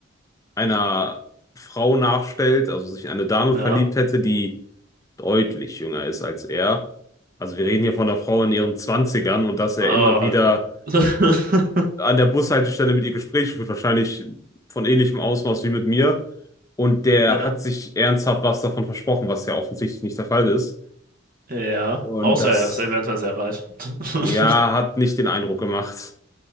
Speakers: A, on the left; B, on the right.
A: einer Frau nachstellt, also sich in eine Dame
B: ja.
A: verliebt hätte, die deutlich jünger ist als er. Also wir reden hier von einer Frau in ihren Zwanzigern und dass er
B: Oh
A: immer wieder
B: Gott. <laughs>
A: an der Bushaltestelle mit ihr Gespräche führt, wahrscheinlich von ähnlichem Ausmaß wie mit mir. Und der
B: Ja,
A: hat sich ernsthaft was davon versprochen, was ja offensichtlich nicht der Fall ist.
B: ja.
A: Und
B: Außer
A: das,
B: er ist eventuell sehr reich. <laughs>
A: ja, hat nicht den Eindruck gemacht.